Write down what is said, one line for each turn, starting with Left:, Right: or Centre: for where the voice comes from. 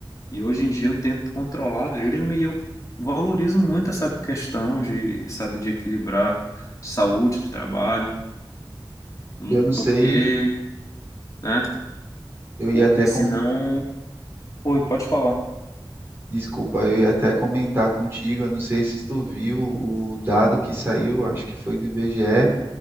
Left: e hoje em dia eu tento controlar mesmo e eu valorizo muito essa questão de, sabe, de equilibrar saúde, trabalho, e
Right: Eu não sei,
Left: porque, né?
Right: eu ia
Left: Porque
Right: até com,
Left: senão. Oi, pode falar.
Right: desculpa, eu ia até comentar contigo, eu não sei se tu viu o dado que saiu, acho que foi do IBGE,